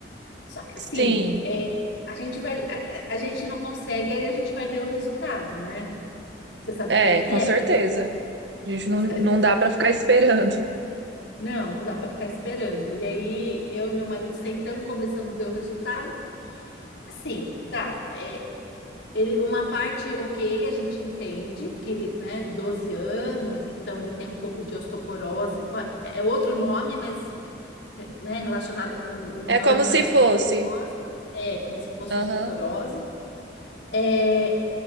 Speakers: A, on the left; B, on the right.
A: Só que
B: Sim,
A: assim, é, a gente vai, a, a- a gente não consegue, aí a gente vai ler o resultado, né? Você sabe
B: é,
A: como é que
B: com
A: é.
B: certeza. A gente não,
A: As-
B: não
A: é, fa-
B: dá pra ficar <laughs> esperando.
A: Não, não dá para ficar esperando. E aí eu e meu marido sentamos, começamos a ver o resultado. Assim, tá. é, ele, uma parte, ok, a gente entende que ele, né, Doze anos, então ele tem um pouco de osteoporose. vai- É outro nome, mas, né, relacionado com humano,
B: É como se
A: é, osteo-
B: fosse.
A: é como se fosse
B: Aham,
A: osteoporose É,